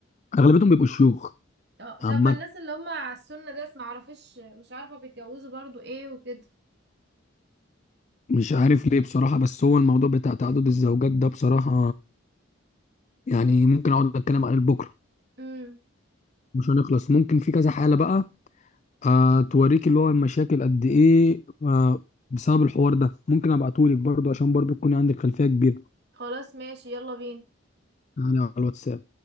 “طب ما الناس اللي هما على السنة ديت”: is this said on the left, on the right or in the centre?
Right